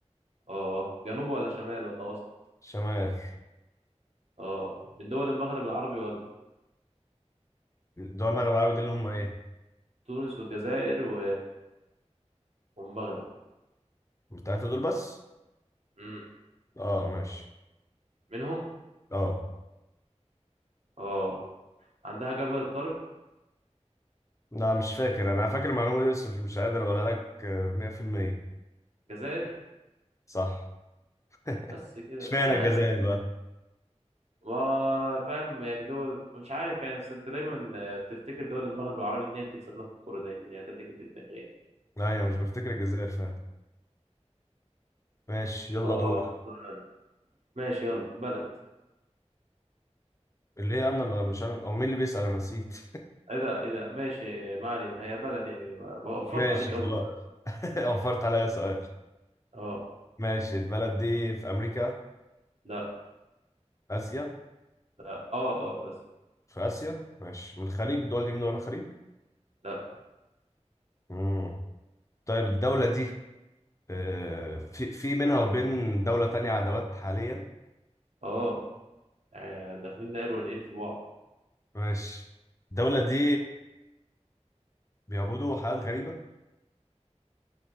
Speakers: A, on the right; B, on the left.
A: اه جنوب ولا شمال ولا وسط
B: شمال
A: اه من دول المغرب العربي ولا
B: دول المغرب العربي دول اللي هم ايه
A: تونس والجزائر و... والمغرب
B: التلاتة دول بس
A: امم
B: اه ماشي
A: منهم
B: اه
A: اه عندها جبل الطارق
B: لا مش فاكر انا فاكر المعلومة دي بس مش مش قادر اقولها لك آه، 100%
A: جزائر
B: صح <laughs>
A: بس كده
B: اشمعنى
A: سهلة
B: الجزائر بقى
A: ما فاهم يعني دول مش عارف يعني بس انت دايما بتفتكر دول المغرب العربي ان هي بتكسبنا في الكورة دايما يعني ده اللي جه في دماغي يعني
B: ايوه مش بفتكر الجزائر فعلا ماشي يلا
A: اه
B: دور
A: دول. ماشي يلا بلد
B: اللي هي انا اللي مش انا او مين اللي بيسأل انا نسيت
A: ايه ده ايه ده ماشي ما علينا هي بلد يعني
B: <laughs>
A: <laughs> وفرت
B: ماشي
A: عليك
B: خلاص
A: اول سؤال
B: <laughs> وفرت عليا سؤال
A: اه
B: ماشي البلد دي في أمريكا
A: لا
B: آسيا
A: لا اه اه بس
B: في آسيا ماشي من الخليج الدول دي من دول الخليج
A: لا
B: مم. طيب الدولة دي آه، في في بينها وبين دولة تانية عداوات حاليا
A: اه آه، داخلين نقر ونقير في بعض
B: ماشي الدولة دي بيعبدوا حاجات غريبة